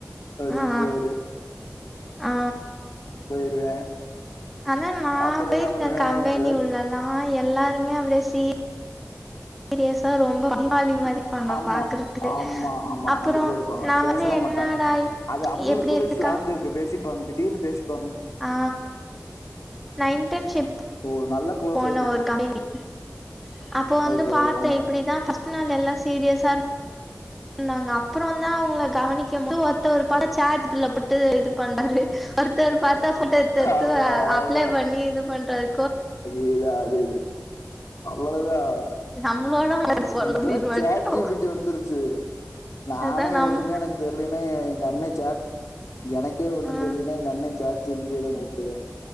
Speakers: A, on the left; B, in the centre.
A: அப்டின்றுவாறு
B: ஆ ஆ
A: போயிருவே
B: ஆனா நான்
A: அப்புறோ
B: போயிருக்கேன்
A: என்ன பண்ணுவே
B: கம்பெனி
A: ஏதாது
B: உள்ள எல்லா எல்லாருமே அப்படியே சீ சீரியஸா ரொம்ப படிப்பாளி மா ப்பாங்க
A: ஆமா
B: பாக்குறதுக்கு
A: ஆமா ஆமா
B: அப்புறம்
A: அப்படிதா இருப்பாங்க
B: நான்
A: பேசலா
B: வந்து என்னடா
A: மாட்டாங்க அது அவங்களுக்குள்ளே
B: எப்டி இருக்கா
A: ஸ்லாங் இருக்கு பேசிப்பாங்க திடீர்னு பேசிப்ப
B: ஆ நா இன்டன்ஷிப்
A: ஓ நல்லா க்ளோஸ்
B: போன
A: ஆயிட்டீங்
B: ஒரு கம்பெனிக்கு அப்போ வந்து
A: ஓகே
B: பாத்த
A: ஆ
B: இப்டிதா ஃபர்ஸ்ட் நாள் எல்லா சீரியஸா இரு ந்தாங்க அப்புறம் தா அவங்கள கவனிக்க போது ஒருத்த ஒரு பட ஷாட்குள்ள போட்டு இது பண்றாரு ஒருத்தர் பாத்தா போட்டா எத்து எத்து
A: ஆமா
B: அப்ளை
A: ஆமா
B: பண்ணி இது பண்றார்
A: அது இது அது இது அவ்ளோதா அ
B: நம்மளோட மனசு போல
A: இப்பல்லா
B: அப்டின்னு வன்ட்டோ
A: சாட் ஜி பி டி வந்துருச்சு நானே
B: அதா நம்
A: ஒரு சமயோ எனக்கு தெரியலன்ன எங்க அண்ணே சாட் எனக்கே ஒண்ணும்
B: ஆ
A: தெரியலனா எங்க அண்ணே சாட் ஜி பி ட்டதா கூப்புடுவே